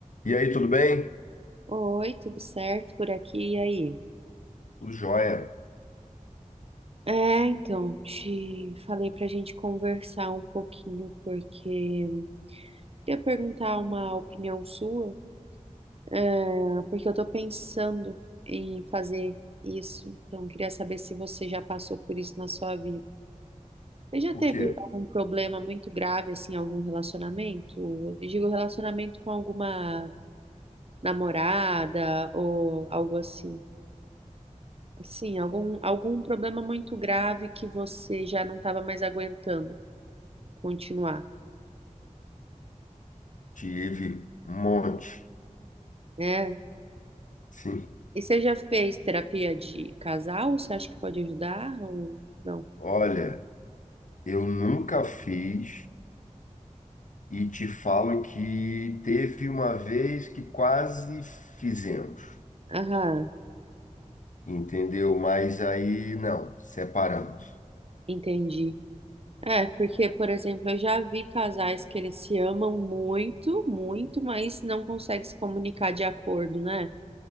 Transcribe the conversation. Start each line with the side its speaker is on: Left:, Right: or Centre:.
Left: E aí, tudo bem?
Right: Oi, tudo certo por aqui e aí?
Left: Tudo jóia.
Right: É, então, te falei pra gente conversar um pouquinho, porque queria perguntar uma opinião sua, é, porque eu tô pensando em fazer isso, então queria saber se você já passou por isso na sua vida. Você já teve
Left: O quê?
Right: algum problema muito grave, assim, em algum relacionamento? Eu digo relacionamento com alguma namorada ou algo assim. Sim, algum, algum problema muito grave que você já não estava mais aguentando continuar,
Left: Tive um monte.
Right: né?
Left: Sim.
Right: E você já fez terapia de casal? Você acha que pode ajudar ou não?
Left: Olha, eu nunca fiz e te falo que teve uma vez que quase fizemos,
Right: Aham,
Left: entendeu? Mas aí não, separamos.
Right: entendi. É, porque, por exemplo, eu já vi casais que eles se amam muito, muito, mas não conseguem se comunicar de acordo, né?